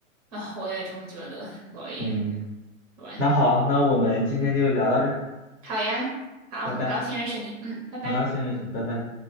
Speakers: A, on the right; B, on the left.
A: 啊，我也这么觉得，所以
B: 嗯，
A: 对，
B: 那好，那我们今天就聊到这儿，
A: 好呀，好，
B: 拜拜，
A: 很高兴认识你，嗯，拜拜。
B: 很高兴认识你，拜拜。